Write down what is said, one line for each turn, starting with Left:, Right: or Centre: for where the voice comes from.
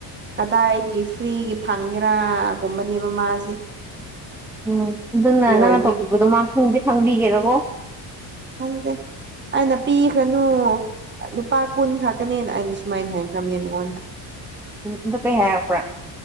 Right: ꯀꯗꯥꯏꯗꯒꯤ ꯐ꯭ꯔꯤꯒꯤ ꯐꯪꯒꯦꯔꯥꯒꯨꯝꯕꯅꯦꯕ ꯃꯥꯁꯤ
Centre: ꯎꯝ ꯑꯗꯨꯅ
Right: ꯑꯗꯨ
Centre: ꯅꯪꯅ
Right: ꯑꯣꯏꯕꯒꯤ
Centre: ꯇꯧꯕꯤꯕꯗꯣ ꯃꯥ ꯈꯪꯗꯤ ꯈꯪꯕꯤꯒꯦꯔꯕꯣ
Right: ꯈꯪꯗꯦ ꯑꯩꯅ ꯄꯤꯈ꯭ꯔꯅꯨ ꯅꯨꯄꯥ ꯀꯨꯟ ꯈꯥꯛꯀꯅꯦꯅ ꯑꯩꯅ ꯁꯨꯃꯥꯏꯅ ꯍꯥꯏꯈ꯭ꯔꯕꯅꯦ ꯃꯉꯣꯟꯗ
Centre: ꯑꯗꯨ ꯀꯩ ꯍꯥꯏꯔꯛꯄ꯭ꯔꯥ